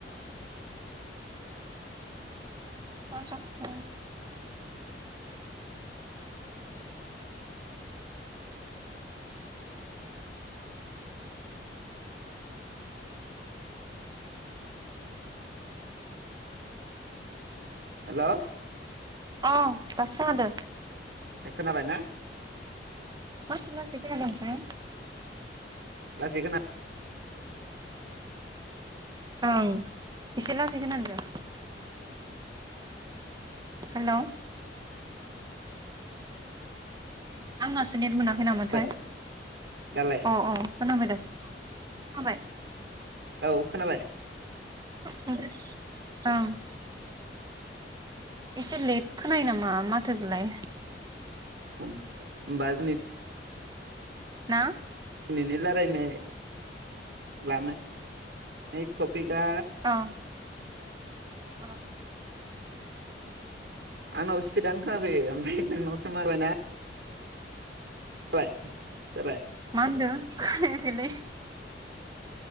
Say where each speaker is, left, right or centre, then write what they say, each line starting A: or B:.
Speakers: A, on the right (about 25°); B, on the right (about 65°).
A: मा जाखो?
B: हेल'
A: अ दासो खोनादों।
B: ए खोनाबाय ना?
A: मासि लासै खोनादों ओमफ्राय
B: लासै खोना
A: ओं एसे लासै खोनादों दे। हेल' आंनासो नेट मोनाखै नामाथाय
B: जाबाय दालाय
A: अ अ खोनाबाय दासो खोनाबाय
B: औ खोनाबाय?
A: <unintelligible> औ एसे लेट खोनायो नामा माथो खौलाय
B: ओम ओमबा दिनै
A: ना
B: दिनैनि रायलायनाय लानाय टपिकआ
A: औ औ
B: आंनाव स्पिडआनो खोनाफैयो ओमफ्राय नोंनावसो माबाय ना बाय जाबाय
A: मा होनदों खोनायाखैलै